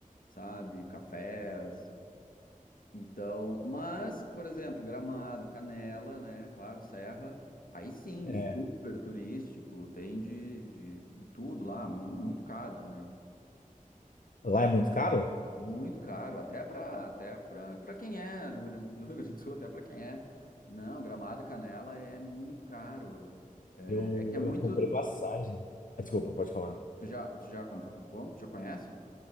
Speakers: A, on the left; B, on the left.
A: sabe, cafés, Então, mas, por exemplo, Gramado, Canela, né? Claro, Serra. Aí sim,
B: é,
A: super turístico, tem de, de tudo lá, mas mu- muito caro também.
B: lá é muito caro?
A: Muito caro, até para até para para quem é Rio Grande- do Rio Grande do Sul, até para quem é. Não, Gramado e Canela é muito caro. É,
B: Eu,
A: é que é muito.
B: eu comprei passagem. Ah, Desculpa, pode falar.
A: Tu já, tu já comprou? Como? Tu já conhece?